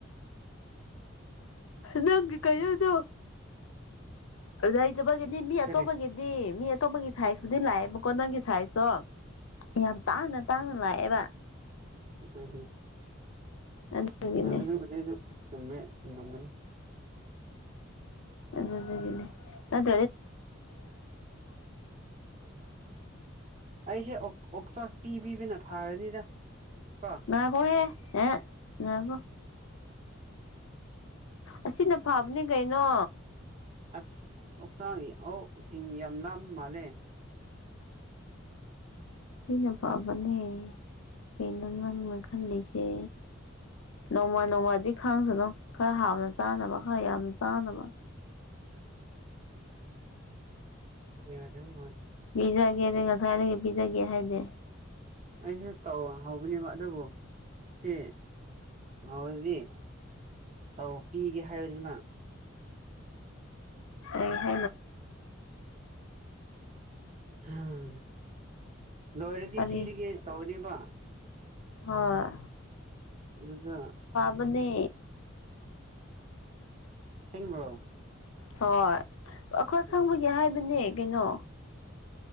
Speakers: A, on the left; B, on the right.
A: ꯅꯪꯒꯤ ꯀꯩꯅꯣꯗꯣ
B: <unintelligible>
A: ꯂꯩꯇꯕꯒꯤꯅꯤ ꯃꯤ
B: ꯀꯔꯤ
A: ꯑꯇꯣꯞꯄꯒꯤꯗꯤ ꯃꯤ ꯑꯇꯣꯞꯄꯒꯤ ꯁꯥꯏꯖꯄꯨꯗꯤ ꯂꯥꯛꯑꯦ ꯀꯣ ꯅꯪꯒꯤ ꯁꯥꯏꯖꯇꯣ ꯌꯥꯝ ꯇꯥꯡꯅ ꯇꯥꯡꯅ ꯂꯥꯛꯑꯦꯕ
B: ꯑꯝ
A: ꯑꯗꯨꯒꯤꯅꯦ
B: ꯍꯝ ꯑꯗꯨꯕꯨꯗꯤ ꯑꯗꯨꯕꯨꯗꯤ ꯆꯨꯝꯃꯦ ꯆꯨꯝꯂꯝꯒꯅꯤ
A: ꯑꯗꯨꯅꯦ ꯑꯗꯨꯅꯦ ꯑꯗꯨ
B: ꯎꯝ <unintelligible> ꯑꯩꯁꯦ ꯑꯣꯛ ꯑꯣꯛꯆꯥꯛ ꯄꯤꯕꯤꯕꯅ ꯐꯥꯔꯅꯤꯗ ꯀꯣ
A: ꯉꯥꯏꯈꯣꯍꯦ ꯉꯥꯏꯍꯥꯛ ꯉꯥꯏꯈꯣ ꯑꯁꯤꯅ ꯐꯕꯅꯦ ꯀꯩꯅꯣ
B: ꯑꯁ ꯑꯣꯛꯆꯥꯡ ꯑꯣꯛꯁꯤꯡ ꯌꯥꯝ ꯂꯥꯝꯕ ꯃꯥꯜꯂꯦ
A: ꯁꯤꯅ ꯐꯕꯅꯦ ꯀꯩꯅꯣ ꯅꯪꯅ ꯈꯜꯂꯤꯁꯦ ꯅꯣꯡꯃ ꯅꯣꯡꯃꯗꯤ ꯈꯥꯡꯁꯅꯨ ꯈꯔ ꯍꯥꯎꯅ ꯆꯥꯅꯕ ꯈꯔ ꯌꯥꯝꯅ ꯆꯥꯅꯕ
B: ꯑꯁ ꯌꯥꯗꯝ
A: ꯄꯤꯖꯥꯒꯦꯗꯤ ꯉꯁꯥꯏꯅ ꯄꯤꯖꯒꯦ ꯍꯥꯏꯗꯦ
B: ꯑꯩꯁꯨ ꯇꯧ ꯍꯧꯕꯅꯦꯕ ꯑꯗꯨꯕꯨ ꯁꯤ ꯂꯥꯛꯑꯣ ꯑꯗꯨꯗꯤ ꯇꯧ ꯄꯤꯒꯦ ꯍꯥꯏꯔꯦꯗꯅ
A: ꯍ <unintelligible>
B: ꯎꯝ ꯍꯝ ꯂꯣꯏꯔꯗꯤ
A: ꯀꯔꯤ
B: ꯄꯤꯔꯒꯦ ꯇꯧꯕꯅꯦꯕ
A: ꯍꯣꯏ
B: ꯑꯗꯨꯗ
A: ꯇꯨꯝꯃꯦ
B: ꯁꯦꯡꯕ꯭ꯔꯣ
A: ꯍꯣꯏ ꯑꯩꯈꯣꯏ
B: ꯎꯝ
A: ꯈꯪꯅꯒꯦ ꯍꯥꯏꯕꯅꯦ ꯀꯩꯅꯣ